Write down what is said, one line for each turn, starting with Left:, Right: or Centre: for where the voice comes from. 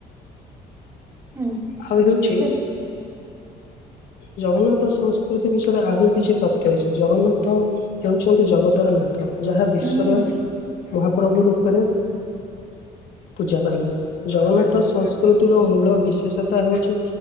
Right: ହୁଁ
Left: ଆଉ ହେଉଛି
Right: ତାହେଲେ
Left: ଜଗନ୍ନାଥ ସଂସ୍କୃତି ବିଷୟରେ ଆହୁରି କିଛି ତଥ୍ୟ ଅଛି ଜଗନ୍ନାଥ ହେଉଛନ୍ତି ଜଗତର ନାଥ ଯାହା ବିଶ୍ୱର
Right: ହୁଁ
Left: ମହାପ୍ରଭୁ ରୂପରେ ପୂଜା ପାଆନ୍ତି ଜଗନ୍ନାଥ ସଂସ୍କୃତିର ମୂଳ ବିଶେଷତା ହଉଛି